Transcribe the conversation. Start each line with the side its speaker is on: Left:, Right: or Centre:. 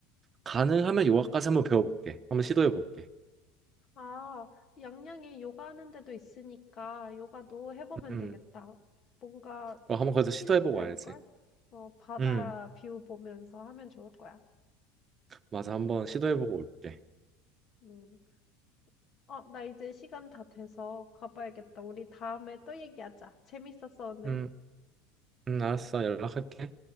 Right: 가능하면 요가까지 한번 배워볼게 한번 시도해볼게
Left: 아, 양양에 요가 하는 데도 있으니까, 요가도 해보면
Right: 음
Left: 되겠다. 뭔가
Right: 어, 한번 거기서
Left: 힐링
Right: 시도해보고
Left: 될걸?
Right: 와야지
Left: 어, 바다
Right: 음
Left: 뷰 보면서 하면 좋을 거야.
Right: 맞아 한번 시도해보고 올게
Left: 음. 어, 나 이제 시간 다 돼서 가봐야겠다. 우리 다음에 또 얘기하자. 재밌었어, 오늘.
Right: 음, 음 알았어 연락할게